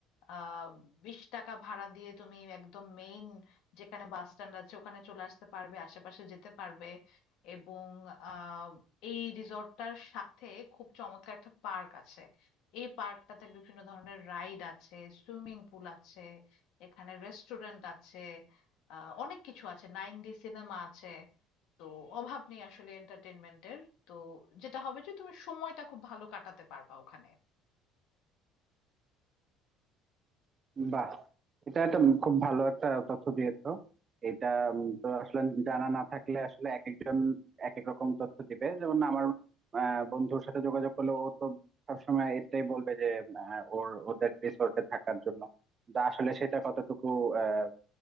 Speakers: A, on the left; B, on the right.
A: আহ বিশ টাকা ভাড়া দিয়ে তুমি একদম মেইন যেখানে বাস স্ট্যান্ড আছে ওখানে চলে আসতে পারবে আশেপাশে যেতে পারবে এবং আহ এই রিসর্টটার সাথে খুব চমৎকার একটা পার্ক আছে এই পার্কটাতে বিভিন্ন ধরনের রাইড আছে সুইমিং পুল আছে এখানে রেস্টুরেন্ট আছে আহ, অনেক কিছু আছে নাইন ডি সিনেমা আছে তো অভাব নেই আসলে এন্টারটেনমেন্টের তো যেটা হবে যে তুমি সময়টা খুব ভালো কাটাতে পারবা ওখানে
B: বাহ এটা একটা খুব ভালো একটা তথ্য দিয়েছো এটা উম, তো আসলে জানা না থাকলে আসলে এক একজন এক এক রকম তথ্য দিবে যেমন আমার আহ, বন্ধুর সাথে যোগাযোগ করলে ও তো সবসময় এটাই বলবে যে আহ, ওর ওদের রিসোর্টে থাকার জন্য কিন্তু আসলে সেটা কতটুকু আহ,